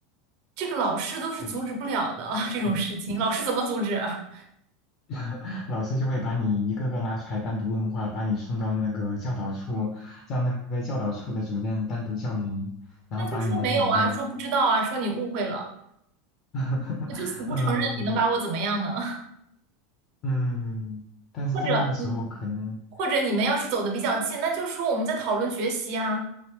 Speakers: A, on the right; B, on the left.
A: 这个老师都是阻止不了的
B: 对，
A: <laughs> 这种事情，
B: 嗯，
A: 老师怎么阻止啊？
B: <laughs> 老师就会把你一个个拉出来单独问话，把你送到那个教导处，让那个教导处的主任单独教育你，然后把你们两个
A: 那就说没有啊，说不知道啊，说你误会了，
B: <laughs>
A: 我就死不承认，
B: 嗯
A: 你能把我怎么样呢？<laughs>
B: 嗯，但是在那个时候可能。
A: 或者你，或者你们要是走的比较近，那就说我们在讨论学习啊，